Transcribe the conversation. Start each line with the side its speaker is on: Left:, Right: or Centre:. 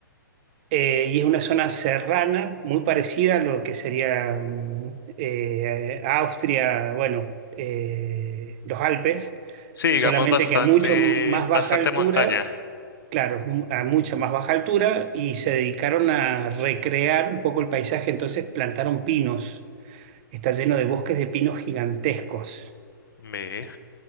Right: eh, y es una zona serrana muy parecida a lo que sería mm, eh, Austria, bueno, eh, los Alpes,
Left: Sí, digamos
Right: solamente
Left: bastante,
Right: que a mucho más baja
Left: bastante
Right: altura,
Left: montaña.
Right: claro, mu- a mucha más baja altura, y se dedicaron a recrear un poco el paisaje, entonces plantaron pinos. Está lleno de bosques de pinos gigantescos.
Left: Me